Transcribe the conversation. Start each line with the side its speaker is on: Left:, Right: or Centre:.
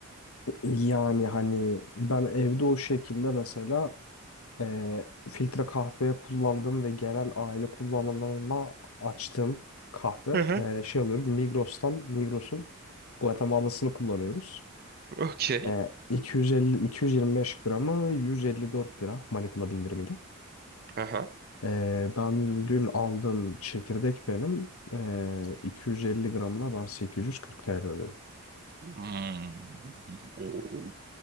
Left: yani hani ben evde o şekilde mesela ee, filtre kahveye kullandım ve genel aile kullanımına açtığım kahve
Right: Hı hı.
Left: ee, şey alıyorum Migros'tan Migros'un Guatemala'sını kullanıyoruz.
Right: Okey.
Left: Ee, 250 225 gramı 154 lira Manikla indirimiyle.
Right: Aha.
Left: Ee, ben dün aldım çekirdek benim. Ee, 250 gramına ben 840 TL ödedim.
Right: Hmm. Oo.